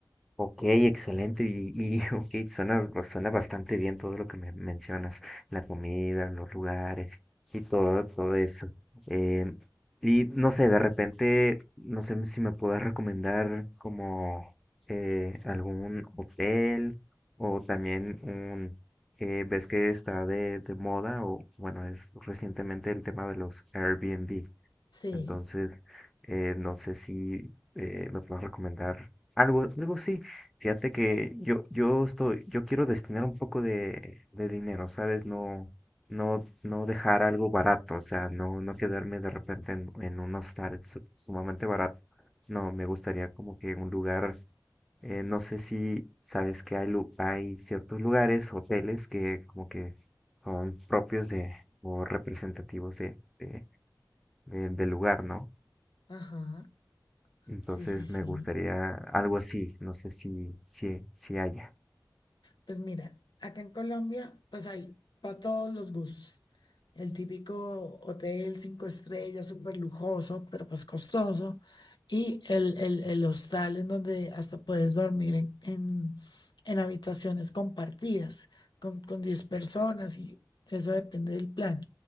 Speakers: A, in the centre; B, on the left (about 80°).
A: Ok, excelente. Y, y <laughs> ok, suena, suena bastante bien todo lo que me mencionas, la comida, los lugares y todo, todo eso. Eh, y no sé, de repente, no sé si me puedes recomendar como eh, algún hotel o también un, eh, ves que está de, de moda o bueno, es recientemente el tema de los Airbnb.
B: Sí,
A: Entonces, eh, no sé si eh, me puedes recomendar algo, algo sí. Fíjate que yo, yo estoy, yo quiero destinar un poco de, de dinero, ¿sabes? No, no, no dejar algo barato, o sea, no, no quedarme de repente en, en un hostal su- sumamente barato. No, me gustaría como que un lugar, eh, no sé si sabes que hay, lu- hay ciertos lugares, hoteles que como que son propios de, o representativos de, de, de- del lugar, ¿no?
B: ajá,
A: Entonces
B: sí, sí, sí.
A: me gustaría algo así, no sé si, si, si haya.
B: Pues mira, acá en Colombia, pues hay para todos los gustos. El típico hotel cinco estrellas, súper lujoso, pero pues costoso. Y el, el, el hostal en donde hasta puedes dormir en, en, en habitaciones compartidas con, con 10 personas y eso depende del plan.